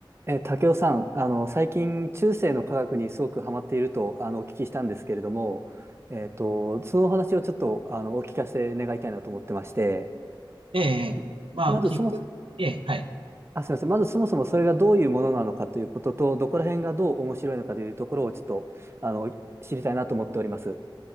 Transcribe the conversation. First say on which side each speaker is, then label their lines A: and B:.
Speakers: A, on the right (about 30°); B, on the right (about 85°).
A: ええ、たけおさん、あの最近中性の科学にすごくハマっているとあのお聞きしたんですけれども、えっとそのお話をちょっとあのお聞かせ願いたいなと思ってまして、
B: ええ、
A: えっとまずその
B: まあ、きっかけ、ええ、はい。
A: あすいませんまずそもそもそれがどういうものなのかということとどこら辺がどう面白いのかというところをちょっとあの知りたいなと思っております。